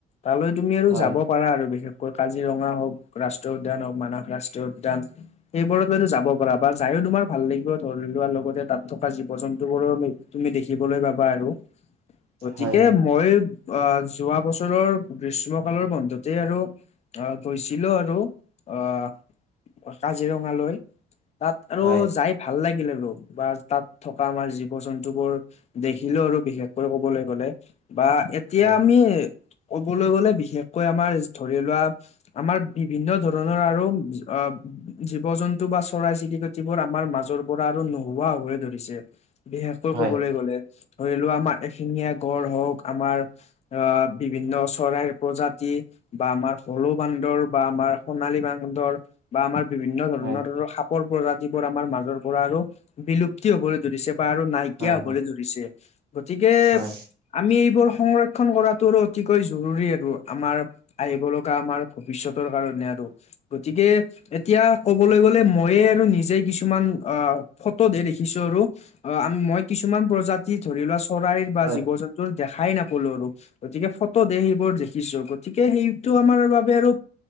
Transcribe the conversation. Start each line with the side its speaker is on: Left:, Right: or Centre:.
Left: তালৈ তুমি আৰু
Right: হয়
Left: যাব পাৰা আৰু বিশেষ কাজিৰঙা হওক ৰাষ্ট্ৰীয় উদ্যান হওক মানস ৰাষ্ট্ৰীয় উদ্যান এইবোৰত লৈ যাব পাৰ বা যায়ো তোমাৰ ভাল লাগিব ধৰি লোৱা লগতে তাত থকা জীৱ- জীৱ জন্তুবোৰো মি, তুমি দেখিবলৈ পাবা আৰু গতিকে
Right: হয় হয়
Left: মই আহ যোৱা বছৰৰ গ্ৰীষ্মকালৰ বন্ধতেই আৰু আহ গৈছিলো আৰু আহ কাজিৰঙালৈ তাত আৰু
Right: হয়
Left: যাই ভাল লাগিল আৰু বা তাত থকা আমাৰ জীৱ জন্তু বোৰ দেখিলেও আৰু বিশেষকৈ ক'বলৈ গ'লে বা এক এতিয়া
Right: হয়
Left: আমি কবলৈ গ'লে বিশেষকৈ আমাৰ ধৰি লোৱা আমাৰ বিভিন্ন ধৰণৰ আৰু অ জীৱ জন্তু বা চৰাই চিৰক- যিবোৰ আমাৰ মাজৰ পৰা আৰু নোহোৱা হৈ ধৰিছে, বিশেষকৈ
Right: হয়
Left: কবলৈ গলে। ধৰি লোৱা আমাৰ এখিঙীয়া গড় হওক আমাৰ আহ বিভিন্ন চৰাইৰ প্ৰজাতি বা আমাৰ হলৌ বান্দৰ বা আমাৰ সোণালী বান্দৰ বা আমাৰ বিভিন্ন ধৰণৰ
Right: হয়
Left: সাপৰ প্ৰজাতিবোৰ আমাৰ মাজৰ পৰা আৰু বিলুপ্ত হ'বলৈ ধৰিছে বা আৰু নাইকিয়া
Right: হয় হয়
Left: হবলৈ ধৰিছে, গতিকে
Right: হয়
Left: আমি এইবোৰ সংৰক্ষন কৰাটো আৰু অতিকৈ জৰুৰী আৰু আমাৰ আহিব লগা আমাৰ ভৱিষ্যতৰ কাৰণে আৰু গতিকে এতিয়া কবলে গ'লে মইয়ে আৰু নিজে কিছুমান অ ফটোতহে দেখি কিছৰো আৰু আম মই কিছুমান প্ৰজাতি ধৰি লোৱা চৰাইৰ বা
Right: হয়
Left: জীৱ-জন্ত ত দেখাই নাপালো আৰু গতিকে ফটোদে সেইবোৰ দেখিছো, গতিকে সেইটো আমাৰ বাবে আৰু